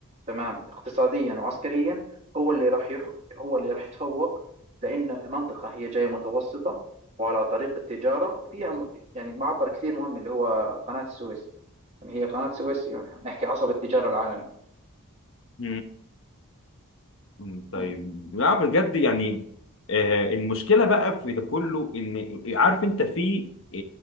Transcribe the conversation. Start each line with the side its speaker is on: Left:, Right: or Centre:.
Right: تمام اقتصاديا وعسكريا هو اللي راح يح... هو اللي راح يتفوق لأن المنطقة هي جاية متوسطة وعلى طريق التجارة وفيها م- يعني معبر كثير مهم اللي هو قناة السويس يعني هي قناة السويس يعني نحكي عصب التجارة العالمي
Left: <laughs> مم، طيب
Right: مم.
Left: لا بجد يعني آه، المشكله بقى في ده كله ان عارف انت في آه،